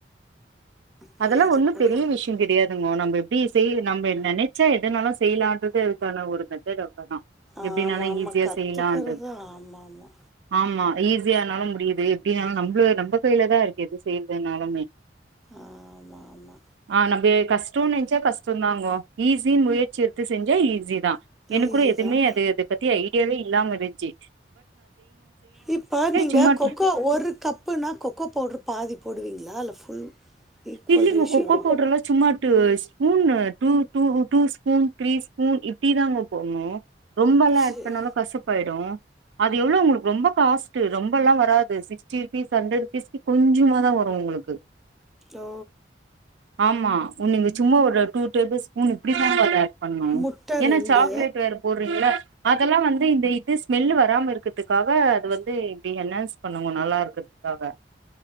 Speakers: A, in the centre; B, on the right (about 85°).
A: புரியுது
B: அதெல்லா ஒண்ணு
A: புரியுது
B: பெரிய விஷ்யே கெடையாதுங்கோ நம்ம எப்டி செய் நம்ம நெனை ச்சா எதனாலு செய்லான்றது அதுக்கான ஒரு மெத்தேடு அவ்ளோதா எப்டினாலு
A: ஆமா ஆமா
B: ஈஸியா
A: கத்துக்கறது
B: செய்லான்றது
A: ஆமா ஆமா
B: ஆமா ஈஸியானாலு முடியுது எப்டின்னாலு நம்மள நம்ப கைல தா இருக்குது எது செய்யறதுனாலுமே
A: ஆமாமா
B: ஆ நம்ப கஷ்டோன் நெனைச்சா கஷ்டோதாங்கே ஈஸின்னு முயற்சி எடுத்து செஞ்சா ஈஸிதா எனக்கு
A: ஈஸி
B: கூடே எதுமே
A: தான்
B: அது அத பத்தி ஐடியாவே இல்லாம இருச்சி
A: இப்ப நீங்க
B: சும்மா
A: கொக்கோ ஒரு கப்புனா கொக்கோ பவுட்ரு பாதி போடுவீங்ளா இல்ல ஃபுல் ஈக்குவல்
B: இல்லிங்கோ
A: ரேஷியோவா
B: கொக்கோ பவுடர்லா சும்மாட்டு ஸ்பூன்னு two two two spoon three spoon இப்டி தாங்கோ போட்ணு ரொம்பல்லா
A: சரி
B: ஆட் பண்ணாலு கசப்பாயிடு அது எவ்ளோ ஒங்களுக்கு ரொம்ப காஸ்ட் ரொம்பல்லா வராது சிகஸ்டி ருபீஸ் செவன்டி ருபீஸ்க்கு கொஞ்சமாதா வரு ஒங்களுக்கு
A: ஓ
B: ஆமா நீங்க சும்மா ஒரு டூ டேபிள் ஸ்பூன் இப்டிதாங்க அத ஆட் பண்ணு
A: முட்டை
B: ஏன்னா
A: ரெண்டு
B: சாக்லேட் வேற போட்றீங்கள அதெல்லா வந்து இந்த இது ஸ்மெல் வராம இருக்கறதுக்காக அது வந்து இப்டி என்னான்ஸ் பண்வாங்க நல்லா இருக்கர்துக்காக